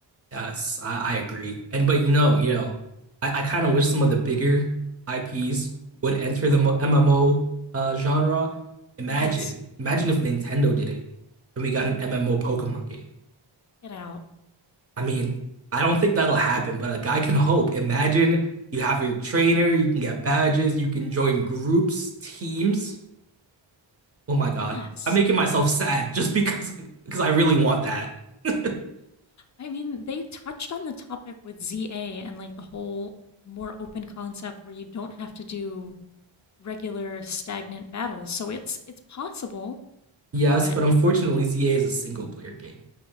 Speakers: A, on the right; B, on the left.
A: Yes, I, I agree. And but you know, you know, I, I kind of wish some of the bigger IPs would enter the mo- MMO uh, genre. Imagine,
B: Yes,
A: imagine if Nintendo did it and we got an MMO Pokemon game.
B: get out.
A: I mean, I don't think that'll happen, but a guy can hope. Imagine you have your trainer, you can get badges, you can join groups, teams. Oh my God,
B: Yes.
A: I'm making myself <laughs> sad just because because I really want that. <laughs>
B: I mean, they touched on the topic with ZA and like the whole more open concept where you don't have to do regular stagnant battles. So it's it's possible,
A: Yes,
B: but
A: but unfortunately, ZA is a single player game.